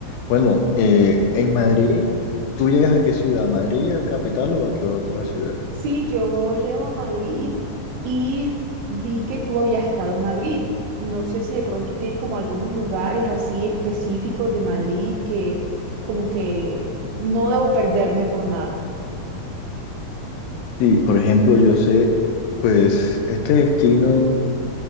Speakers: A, on the left (about 85°); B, on the right (about 80°).
A: Bueno, eh, en Madrid, ¿tú llegas a qué ciudad? ¿A Madrid, al capital o a qué otra ciudad?
B: Sí, yo llego a Madrid y vi que tú habías estado en Madrid. No sé si de pronto tienes como algunos lugares así específicos de Madrid que como que no debo perderme por nada.
A: Sí, por ejemplo, yo sé, pues, este destino.